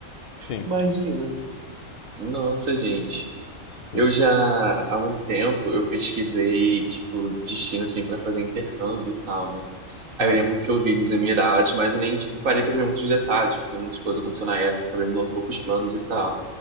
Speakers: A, on the left; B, on the right.
A: Sim,
B: Imagina. Nossa, gente.
A: sim.
B: Eu já, há um tempo, eu pesquisei, tipo, destino, assim, pra fazer intercâmbio e tal, né? Aí
A: Aham.
B: eu lembro que eu vi dos Emirados, mas eu nem, tipo, parei pra ver muitos detalhes, porque muitas coisas aconteceram na época, acabei mudando um pouco os planos e tal.